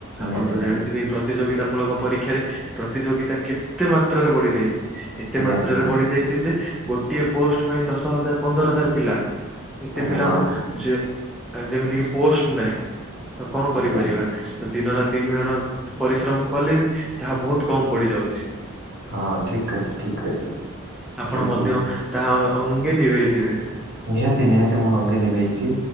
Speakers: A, on the right (about 55°); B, in the centre.
A: ନିହାତି
B: ଆପଣ ତ
A: ନିହାତି
B: ଜାଣିଥିବେ ପ୍ରତିଯୋଗିତା ମୂଳକ ପରୀକ୍ଷାରେ ପ୍ରତିଯୋଗିତା କେତେ ମାତ୍ରାରେ ବଢି ଯାଇଛି। ଏତେ
A: ନିହାତି
B: ମାତ୍ରାରେ
A: ନିହାତି
B: ବଢି ଯାଇଛି ଯେ ଗୋଟିଏ ପୋଷ୍ଟ ପାଇଁ ଦଶ ହଜାର ପନ୍ଦର ହଜାର ପିଲା ଏତେ
A: ଆରେ
B: ପିଲାଙ୍କୁ
A: ବାପରେ
B: ଯେମିତିକ ପୋଷ୍ଟ ନାହିଁ ତ କଣ କରିପାରିବା।
A: ଆଚ୍ଛା ଆଚ୍ଛା
B: ତ ଦିନ ରାତି ମହନ ପରିଶ୍ରମ କଲେ ବି ତାହା ବହୁତ କମ ପଡିଯାଉଛି।
A: ହଁ ଠିକ୍ ଅଛ ଠିକ ଅଛ
B: ଆପଣ
A: କିନ୍ତୁ
B: ମଧ୍ୟ ତାହା ଅଙ୍ଗେ ନିଭେଇଥିବେ।
A: ନିହାତି ନିହାତି ମୁଁ ଅଙ୍ଗେ ନିଭେଇଛି।